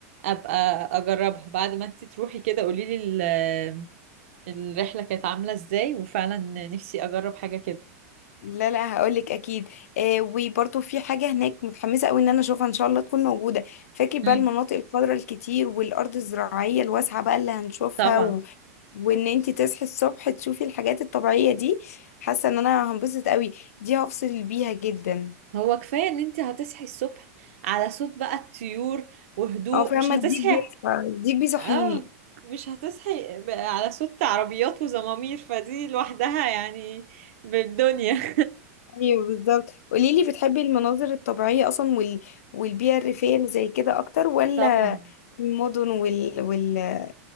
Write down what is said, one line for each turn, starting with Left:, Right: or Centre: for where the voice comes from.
Right: ابقى اجربها بعد ما انت تروحي كده قولي لي ال... الرحله كانت عامله ازاي وفعلا نفسي اجرب حاجه كده
Left: لا لا هقولك اكيد آه وبرضه في حاجه هناك متحمسه قوي ان انا اشوفها ان شاء الله تكون موجوده فاكر بقى
Right: مم،
Left: المناطق الخضراء الكتير والارض الزراعيه الواسعه بقى اللي هنشوفها
Right: طبعا
Left: و... وان انت تصحي الصبح تشوفي الحاجات الطبيعيه دي حاسه ان انا هنبسط قوي دي هفصل بيها جدا
Right: هو كفاية ان انت هتصحي الصبح على صوت بقى الطيور وهدوء
Left: اه فاهمه
Right: مش هتصحي
Left: الديك بيصحى الديك بيصحيني
Right: اه مش هتصحي ب- على صوت عربيات وزمامير فدي لوحدها يعني بالدنيا <laughs>
Left: ايوه بالظبط قوليلي بتحبي المناظر الطبيعيه اصلا وال... والبيئه الريفيه اللي زي كده اكتر ولا
Right: طبعا
Left: المدن وال... وال...